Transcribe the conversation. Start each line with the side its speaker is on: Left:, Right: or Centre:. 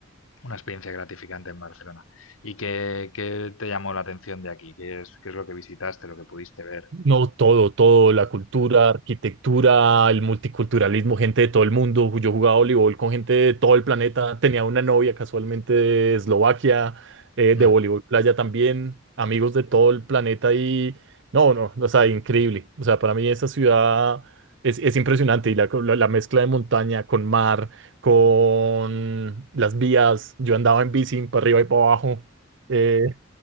Left: una experiencia gratificante en Barcelona. ¿Y qué, qué te llamó la atención de aquí? ¿Qué es, qué es lo que visitaste, lo que pudiste ver?
Right: No, todo, todo, la cultura, arquitectura, el multiculturalismo, gente de todo el mundo. Yo jugaba voleibol con gente de todo el planeta. Tenía una novia casualmente de Eslovaquia, eh,
Left: Mm.
Right: de voleibol playa también, amigos de todo el planeta y no, no, o sea, increíble. O sea, para mí esa ciudad es, es impresionante y la, la la mezcla de montaña con mar, con las vías. Yo andaba en bici para arriba y para abajo. eh,